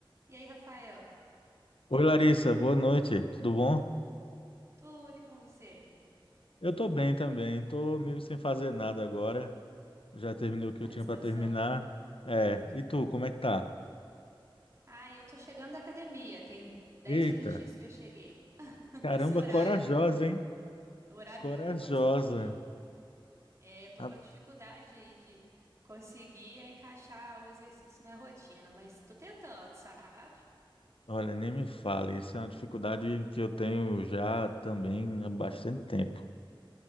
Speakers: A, on the right (about 35°); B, on the left (about 85°).
A: E aí, Rafael?
B: Oi Larissa, boa noite, tudo bom?
A: Tudo e com você?
B: Eu tô bem também, tô meio sem fazer nada agora, já terminei o que
A: Tá
B: eu tinha
A: descansando?
B: para terminar. É, e tu, como é que tá?
A: Ah, eu tô chegando da academia. Tem dez
B: Eita,
A: minutinhos que eu cheguei. <laughs>
B: caramba,
A: Esse horário,
B: corajosa, hein?
A: é o horário
B: Corajosa.
A: que eu consegui ir. É, eu tô
B: Ah,
A: com a dificuldade aí de conseguir encaixar o exercício na rotina, mas tô tentando, sabe?
B: Olha, nem me fale, isso é uma dificuldade que eu tenho já também há bastante tempo.